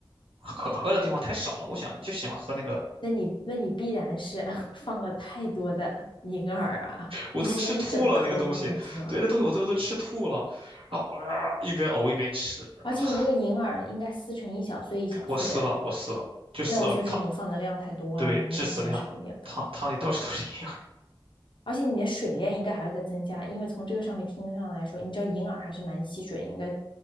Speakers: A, on the right; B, on the left.
A: 可喝的地方太少了。我想就想喝那个，
B: 那你那你必然是 <laughs> 放了太多的银耳啊，
A: 我都吃吐了那个东西，
B: 你是一整颗放下去吗？
A: 对，那东西我都都吃吐了，然后、啊一边呕一边吃，然后
B: 而且你那个银耳应该撕成一小碎一小碎的，
A: 我撕了，我撕了，就撕到汤，
B: 那我就是你放的量太多了，
A: 对，
B: 你应该减少一点放。
A: 致死量，汤汤里到处都是银耳。
B: 而且你的水量应该还会再增加，因为从这个上面听上来说，你知道银耳还是蛮吸水，应该